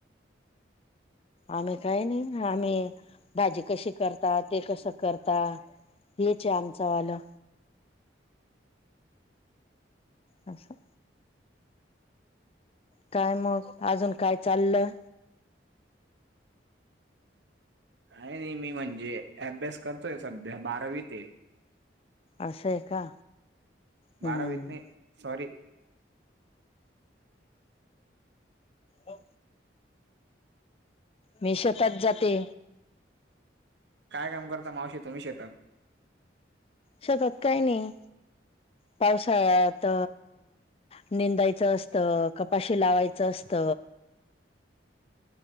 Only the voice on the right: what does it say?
काय नाही मी म्हणजे अभ्यास करतोय सध्या बारावी ते.
बारावीतने सॉरी
काय काम करता मावशी तुम्ही शेतात